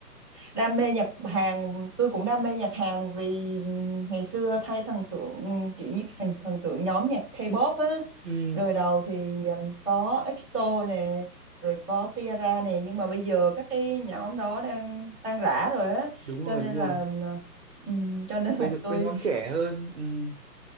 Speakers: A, on the left; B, on the right.
A: đam mê nhạc Hàn tôi cũng đam mê nhạc Hàn vì ngày xưa thay thần tượng kiểu như thần, thần tượng nhóm nhạc K-pop á
B: ừ,
A: đời đầu thì um, có EXO nè rồi có Tiara nè nhưng mà bây giờ các cái nhóm đó đang tan rã rồi á
B: đúng
A: cho
B: rồi
A: nên
B: đúng
A: là
B: rồi
A: ừm, cho nên
B: bây
A: là
B: giờ
A: tôi
B: có nhóm trẻ hơn ừ.